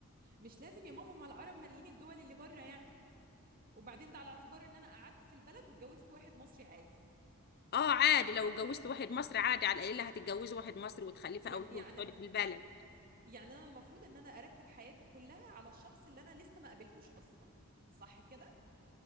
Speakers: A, on the right; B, on the left.
A: مش لازم يا ماما ما العرب مالين الدول اللي بره يعني وبعدين ده على اعتبار ان انا قعدت في البلد واتجوزت واحد مصري عادي
B: اه عادي لو اتجوزت واحد مصري عادي على القليله هتتجوزي واحد مصري وتخلفي
A: يع-
B: اولاد
A: يعني
B: وتقعدي في البلد
A: يعني انا المفروض ان انا ارتب حياتي كلها على الشخص اللي انا لسه ما قابلتوش اصلا صح كده